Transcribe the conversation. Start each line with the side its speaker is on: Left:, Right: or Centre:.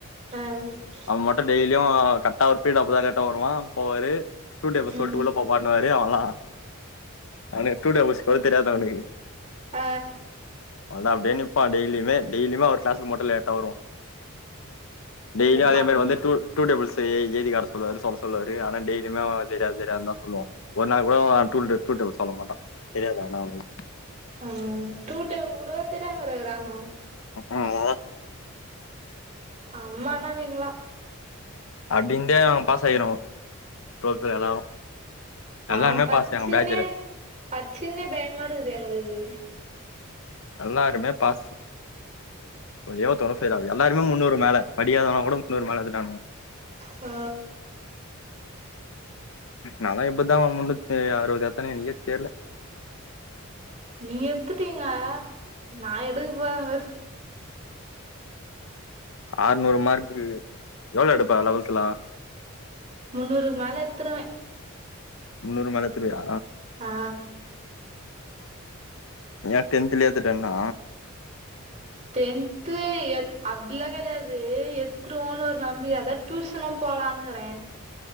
Right: ஆ
Left: அவ் மட்டு டெய்லியு கர்ட்டா அவ்ரு பீரிடப்தா லேட்டா வருவா போவாரு டூ டேபுள் சொல்ட்டு
Right: ம்
Left: உள்ள போப்பான்னுவாரு அவன்லா அவ்னுக் டூ டேபுள்ஸ் கூட தெரியாது அவ்னுக்கு
Right: அ
Left: வந்து அப்டே நிப்பா டெய்லியுமே டெய்லியுமே அவ்ரு க்ளாஸ்க்கு மட்டு லேட்டா வருவா டெய்ல்யூ அதே
Right: சம்
Left: மாறி வந்து டு டூ டேபுள்ஸ் எய் எய்தி காட்ட சொல்வாரு சொல்ல சொல்வாருா ஆனா டெய்லியுமே அவ தெர்யாது தெர்யாதுன் தா சொல்லுவா ஒர் நாள் கூட அவ டூ டே டூ டேபுள் சொல்ல மாட்டா தெர்யாதானா அவ்னுக்
Right: ஆ டூ டேபிள் கூடவா தெர்யாம இருக்குறாங்க
Left: ஆமா
Right: அம்மான்னா நீங்ளா
Left: அப்டின்ந்தே அவ பாஸ் ஆய்கிறோ டொல்துல எல்லாரு
Right: நாங்
Left: எல்லாருமே
Right: பச்சினே
Left: பாஸ் எங்க பேட்ஜ்ல
Right: பச்சினே பேய்மாருக்குது எங்ளுக்கு
Left: எல்லாருமே பாஸு ஒர்ரே ஒர்த்தங்கூட ஃபெயில் ஆவ்ல எல்லாருமே முன்னூறு மேல படிக்காதவ கூட முன்னூறு மேல எடுத்துட்டானுங்
Right: ஓ
Left: நாலா எப்பித்தா முன்னுத்தி அறுவது ஏத்தேனே எனக்கே தெர்ல
Right: நீங்க எத்துட்டீங்க நா எடுக்க போறே வேற
Left: ஆறுநூறு மார்குக்கு எவ்ள எடுப்ப லெவல்த்துலா
Right: முன்னூறுக்கு மேல எத்துருவ
Left: முன்னூறு மேல எடுத்துருவியா
Right: ஆ
Left: ஏ டென்த்லேயே ஏத்துட்டேனா
Right: டென்து எ அப்டிலா கெடையாது எத்துருவோன்னு ஒரு நம்பிக்க அதா டியூசன்லா போ போலான்னுக்றே